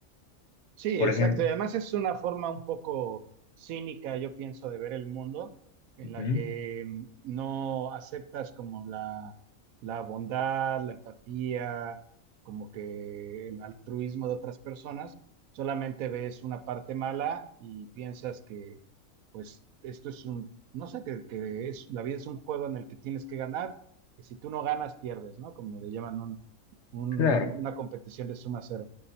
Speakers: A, on the right; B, on the left.
A: Sí,
B: Por
A: exacto.
B: ejemplo,
A: Y además es una forma un poco cínica, yo pienso, de ver el mundo, en
B: ujú,
A: la que mm, no aceptas como la, la bondad, la empatía, como que el altruismo de otras personas, solamente ves una parte mala y piensas que, pues, esto es un, no sé, que, que es, la vida es un juego en el que tienes que ganar, que si tú no ganas, pierdes, ¿no? Como le llaman un, un-
B: claro,
A: una competición de suma cero.